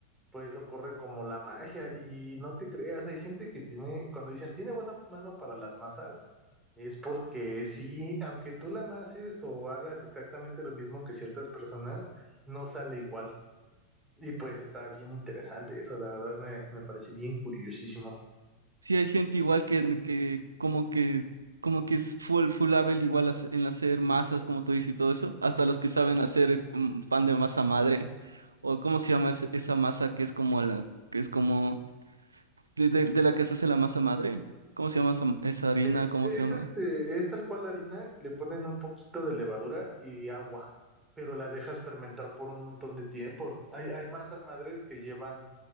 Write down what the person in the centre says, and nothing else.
pues ocurre como la magia. Y no te creas, hay gente que tiene, cuando dicen tiene buena mano para las masas, es porque sí, aunque tú la amases o hagas exactamente lo mismo que ciertas personas, no sale igual. Y pues está bien interesante eso, la verdad me, me parece bien curiosísimo.
Es,
es
este, es tal cual la harina, le ponen un poquito de levadura y agua, pero la dejas fermentar por un montón de tiempo. Hay, hay masas madres que llevan,